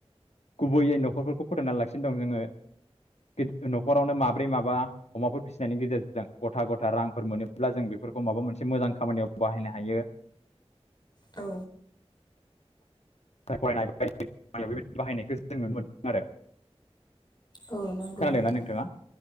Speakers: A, on the left; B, on the left.
A: गुबैयै न'खरफोरखौ फोथांना लागासिनो दं जोङो। <inaudible> न'खरावनो माब्रै माबा अमाफोर फिसिनायनि गेजेरजों गथा गथा रांफोर मोनोब्ला जों बेफोरखौ माबा मोनसे मोजां खामानियाव बाहायनो हायो।
B: औ।
A: फरायनाय बायदि बेबाय बाहायनायखौ जों नुनो मोनदों आरो
B: औ नोंगौ
A: खोनादोंना
B: नोंथां
A: नोंथाङा